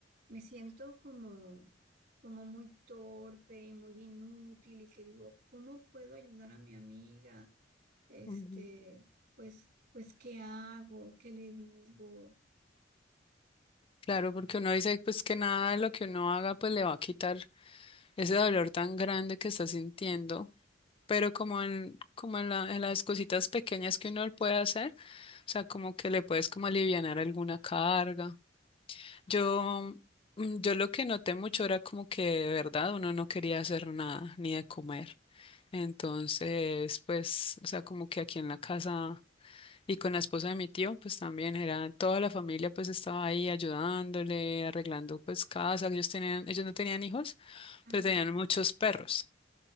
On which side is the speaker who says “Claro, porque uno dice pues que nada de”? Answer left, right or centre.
Left